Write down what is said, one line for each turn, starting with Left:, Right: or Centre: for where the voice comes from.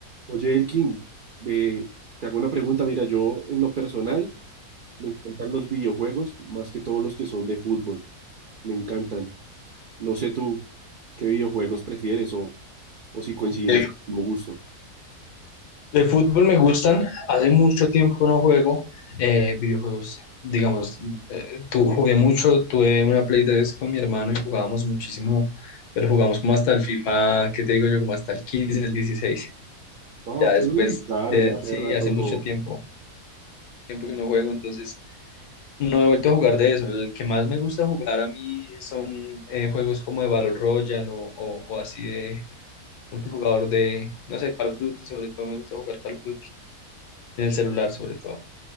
Right: Oye, Elkin, eh, te hago una pregunta. Mira, yo en lo personal me encantan los videojuegos más que todos los que son de fútbol. Me encantan. No sé tú qué videojuegos prefieres o, o si coincidimos
Left: De,
Right: en el mismo gusto.
Left: de fútbol me gustan, hace mucho tiempo no juego eh, videojuegos, digamos, eh, tu- jugué mucho, tuve una Play 3 con mi hermano y jugábamos muchísimo, pero jugamos como hasta el FIFA, ¿qué te digo yo? Como hasta el 15 el 16
Right: Ah,
Left: ya
Right: ok,
Left: después,
Right: uy, claro,
Left: eh,
Right: ya hace
Left: sí,
Right: rato
Left: hace mucho
Right: no.
Left: tiempo, tiempo que no juego, entonces no he vuelto a jugar de eso, el que más me gusta jugar a mí son eh, juegos como de Battle Royale o, o o así de multijugador de, no sé, Call of Duty, sobre todo me gusta jugar Call of Duty. En el celular, sobre todo.